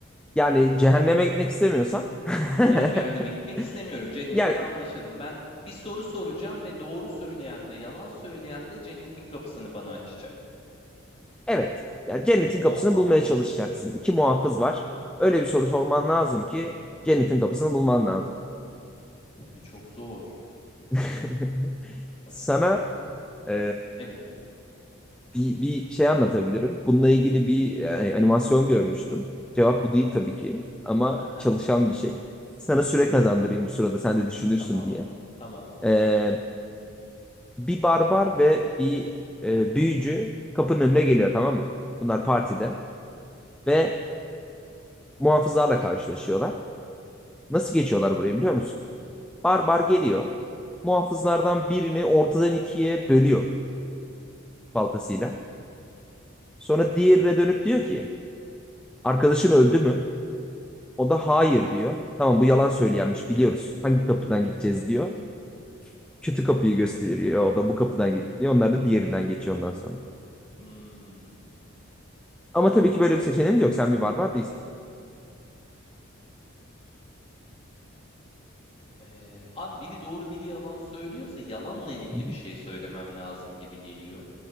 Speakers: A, in the centre; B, on the left (about 25°).
A: yani cehenneme gitmek istemiyorsan. <laughs>
B: Yani cehenneme gitmek istemiyorum cennette
A: Yani
B: anlaşalım. Ben bir soru soracağım ve doğru söyleyen de yalan söyleyen de cennetin kapısını bana açacak.
A: evet. Yani cennetin kapısını
B: Oha
A: bulmaya çalışacaksın. İki muhafız var. Öyle bir soru sorman lazım ki cennetin kapısını bulman lazım.
B: abi çok zor.
A: <laughs>
B: Ee,
A: Sana e,
B: evet.
A: bir, bir şey anlatabilirim. Bununla ilgili bir yani, animasyon görmüştüm. Cevap bu değil tabii ki ama
B: <laughs>
A: çalışan bir şey. Sana süre kazandırayım bu sırada sen de düşünürsün
B: Tamam.
A: diye.
B: Tamam.
A: E, bir barbar ve bir e, büyücü kapının önüne geliyor tamam mı? Bunlar partide ve muhafızlarla karşılaşıyorlar. Nasıl geçiyorlar buraya biliyor musun? Barbar geliyor. Muhafızlardan birini ortadan ikiye bölüyor baltasıyla. Sonra diğerine dönüp diyor ki Arkadaşın öldü mü? O da hayır diyor. Tamam bu yalan söyleyenmiş biliyoruz. Hangi kapıdan gideceğiz diyor. Kötü kapıyı gösteriyor o da bu kapıdan gidip diyor. Onlar da diğerinden geçiyor ondan sonra.
B: Hmm.
A: Ama tabii ki böyle bir seçeneğimiz yok. Sen bir barbar değilsin. çünkü.
B: Ee, abi biri doğru biri yalan söylüyorsa yalanla ilgili
A: Hı hı.
B: bir şey söylemem lazım gibi geliyor.